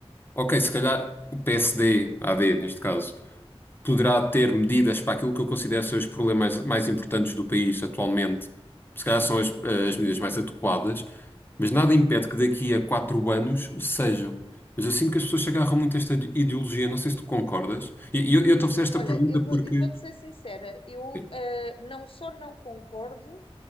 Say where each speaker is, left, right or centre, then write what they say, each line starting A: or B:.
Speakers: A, on the left; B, on the left.
A: ok, se calhar o PSD, AD neste caso, poderá ter medidas para aquilo que eu considero ser os problemas mais importantes do país atualmente. Se calhar são as, as medidas mais adequadas, mas nada impede que daqui a quatro anos o sejam. Mas eu sinto que as pessoas se agarram muito a esta ideologia, não sei se tu concordas. E e eu, eu estou a fazer esta
B: Olha,
A: pergunta
B: eu vou,
A: porque.
B: eu vou-te ser sincera, eu
A: Sim.
B: eh, não só não concordo,